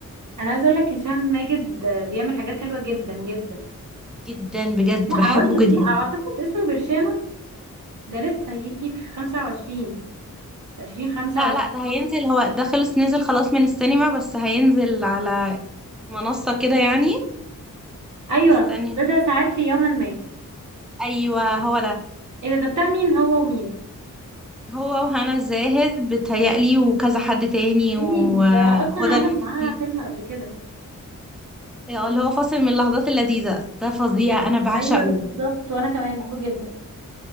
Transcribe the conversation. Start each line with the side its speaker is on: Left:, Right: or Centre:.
Right: انا عايزه اقول لك هشام ماجد آه، بيعمل حاجات حلوه جدا جدا
Centre: جدا بجد
Right: لا
Centre: بحبه
Right: هقول لك
Centre: جدا
Right: لا اعتقد اسمه برشامه ده لسه هيجي في 25 في 2025
Centre: لا لا ده هينزل هو ده خلص نزل خلاص من السينما بس هينزل على منصة كده يعني
Right: ايوه
Centre: استني
Right: بدا ساعات في يوما ما
Centre: ايوه هو ده
Right: ايه ده ده بتاع مين هو ومين
Centre: هو وهنا الزاهد بتهيألي وكذا حد تاني وهدى
Right: إيه ده اصلا عمل
Centre: المفتي
Right: معاها فيلم قبل كده
Centre: آه، اللي هو فاصل من اللحظات اللذيذة ده فظيع أنا بعشقه
Right: ايوه بالظبط وانا كمان بحبه جدا